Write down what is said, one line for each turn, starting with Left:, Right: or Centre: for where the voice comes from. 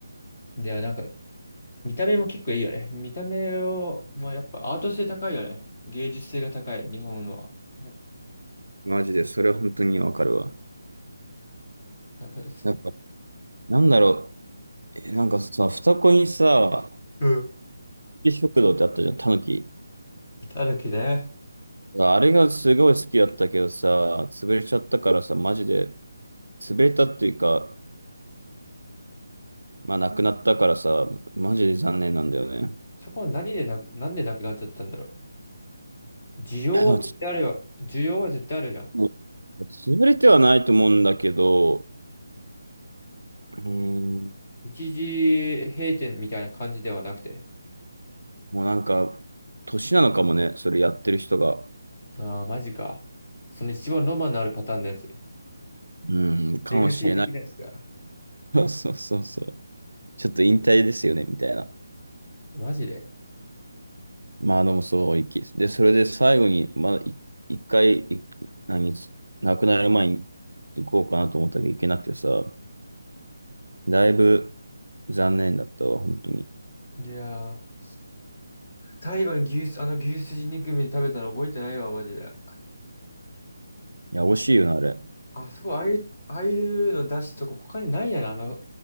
Left: ではなんか、見た目も結構いいよね。見た目を、まあやっぱアート性高いよね。芸術性が高い、日本は。やっ
Right: マジで、それは本当にわかるわ。
Left: ぱ、なんか
Right: なんか、なんだろう。え、なんかさ、双子にさ、
Left: うん。
Right: 食堂ってあったじゃん、タヌキ。
Left: たぬきね。
Right: あれがすごい好きだったけどさ、潰れちゃったからさ、マジで、潰れたっていうか、まあなくなったからさ、マジで残念なんだよね。
Left: そこは何でなく、なんでなくなっちゃったんだろう。需要は絶対あるよ。
Right: いや、でも
Left: 需要は絶対あるじゃん。
Right: もう潰れてはないと思うんだけど、うーん、
Left: 一時閉店みたいな感じではなくて。
Right: もうなんか、年なのかもね、それやってる人が。
Left: ああ、マジか。その一番ロマンのあるパターンのやつ。
Right: うん、かもしれない。
Left: レガシー的なやつか。
Right: <laughs> そうそうそう。ちょっと引退ですよね、みたいな。
Left: マジで。
Right: まあでもそう、きで、それで最後に、まあ、い一回、い何、亡くなる前に行こうかなと思ったけど行けなくてさ、だいぶ残念だったわ、本当に。い
Left: いやー。最後に牛す、あの牛すじ肉み食べたの覚えてないわ、マジで。
Right: や、惜しいよな、あれ。わ
Left: あそこ、ああいう、ああいうの出すとこ他にないやな、あの